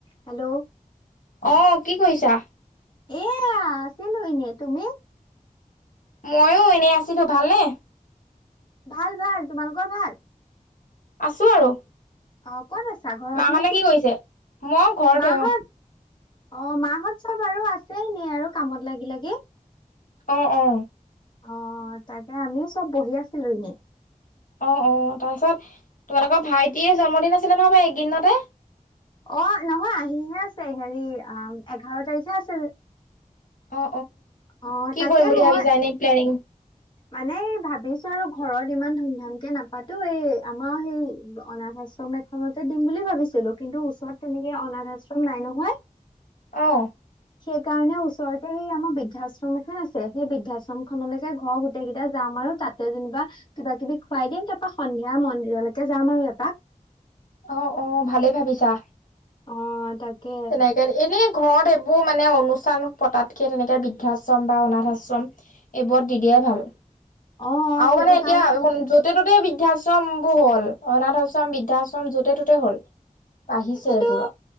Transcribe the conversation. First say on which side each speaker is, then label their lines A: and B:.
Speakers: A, on the left (about 35°); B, on the left (about 70°).
A: Hello
B: অ, কি কৰিছা?
A: এয়া আছিলোঁ এনে তুমি?
B: ময়ো এনেই আছিলোঁ ভালনে?
A: ভাল ভাল, তোমালোকৰ ভাল?
B: আছোঁ আৰু,
A: অ ক'ত আছা ঘৰত
B: মা
A: নে
B: হতে কি কৰিছে? মই ঘৰতে
A: মাহত
B: অ,
A: অ, মাহত চব আৰু আছেই নে আৰু কামত লাগি লাগি।
B: অ, অ,
A: অ, তাকে আমি চব বহি আছিলোঁ এনেই।
B: অ, অ, তাৰপিছত তোমালোকৰ ভাইটিৰে জন্মদিন আছিলে নহয় বাৰ এইদিনতে।
A: অ', নহয় আহিহে আছে, হেৰি অ এঘাৰ তাৰিখে আছে
B: অ',
A: অ
B: কি
A: তাকে
B: কৰিম বুলি
A: মই
B: ভাবিছা এনেই প্লেনিং?
A: মানে ভাবিছো আৰু ঘৰত ইমান ধুম ধাম কে নাপাতো, এই আমাৰ সেই অনাথ আশ্ৰমে তে দিম বুলি ভাবিছিলো, কিন্তু ওচৰত তেনেকে অনাথ আশ্ৰম নাই নহয়
B: অ',
A: সেইকাৰণেও ওচৰতে এই আমাৰ বৃদ্ধাশ্ৰম এখন আছে, সেই বৃদ্ধাশ্ৰম খনলৈকে ঘৰ এতিয়া যাম, আৰু তাতে যেনিবা কিবা কিবি খুৱাই দিম, তাৰপা সন্ধিয়া মন্দিৰলৈকে যাম আৰু এপাক
B: অ', অ', ভালেই ভাবিছা
A: অ', তাকে
B: এনেকে এনেই ঘৰত এইবোৰ মানে, অনুষ্ঠান পতাতকে তেনেকে বৃদ্ধাশ্ৰম বা অনাথ আশ্ৰম এইবোৰত দি দিয়াই ভাল,
A: অ
B: আৰু
A: সেইটো
B: মানে এতিয়া
A: কাৰণে
B: যত য'তে ত'তে বৃদ্ধাশ্ৰম বোৰ হ'ল, অনাথ আশ্ৰম বৃদ্ধাশ্ৰম যতে ত'তে হ'ল বাঢ়িছে
A: কিন্তু,
B: এইবোৰৰ